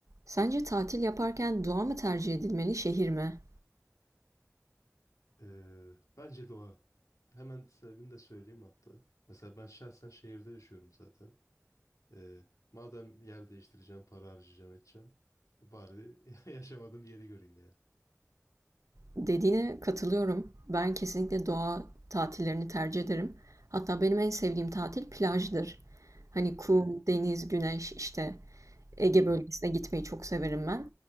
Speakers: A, on the right; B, on the left.
A: Sence tatil yaparken doğa mı tercih edilmeli, şehir mi?
B: Ee, bence doğa. Hemen sebebini de söyleyeyim hatta. Mesela ben şahsen şehirde yaşıyorum zaten. Ee, madem yer değiştireceğim, para harcayacağım, edeceğim. Bari <laughs> yaşamadığım bir yeri göreyim yani.
A: Dediğine katılıyorum. Ben kesinlikle doğa tatillerini tercih ederim. Hatta benim en sevdiğim tatil plajdır. Hani kum,
B: Hı hı.
A: deniz, güneş işte Ege bölgesine
B: Evet.
A: gitmeyi çok severim ben.